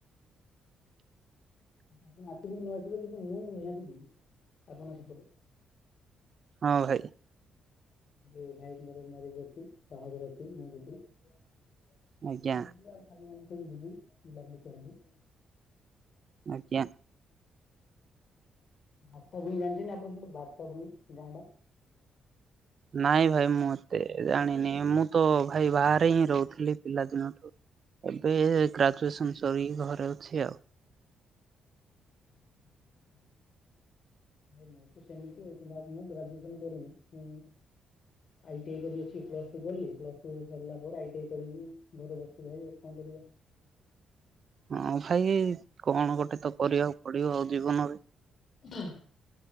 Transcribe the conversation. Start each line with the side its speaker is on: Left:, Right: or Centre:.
Right: <inaudible>
Left: ଆପଣ ହାତକୁ ନଆସିଲେ କିନ୍ତୁ ମୁଁ ନିହାତି ଯିବି ଆପଣ ସେପଟେ।
Right: ହଁ ଭାଇ।
Left: ଏ ଲାଇ ମର ମ୍ୟାରଜ ଅଛି ସୋଦର ଅଛି ମୁ ଯିବି। ଖାଇବା
Right: ଆଜ୍ଞା
Left: ପିଇବା ସାଙ୍ଗମାନଙ୍କ ସହ ଯିବୁ ବୁଲା ବୁଲି କରିବୁ
Right: ଆଜ୍ଞା।
Left: ଭାରତ ଭୂଇଁ ଜାଣିଛନ୍ତି ଆପଣ ଭାରତା ଭୂଇଁ ଗାଁଟା। <unintelligible>
Right: ନାଇଁ ଭାଇ ମୁଁ ଏତେ ଜାଣିନି, ମୁଁ ତ ଭାଇ ବାହାରେ ହିଁ ରହୁଥିଲି ପିଲାଦିନଠୁ। ଏବେ ଗ୍ରାଜୁଏସନ ସରି ଘରେ ଅଛି ଆଉ।
Left: ହଁ <inaudible> ଭାଇ ମୁଁ ତ ସେମିତି ବାଦମେ ଗ୍ରାଜୁଏସନ କରିବି ତ। ଆଇଟି ଆଇ କରି ଅଛି ପ୍ଲସ ଟୁ କଲି ପ୍ଲସ ଟୁ ସରିଲା ପରେ ଆଇ ଟି ଆଇ କରି ଘରେ ବସିବି ଭାଇ କଣ କରିବି। ଆ। <unintelligible>
Right: ହଁ ଭାଇ କଣ ଗୋଟେ ତ କରିବାକୁ ପଡିବ, ଜୀବନରେ।
Left: ହଁ <unintelligible>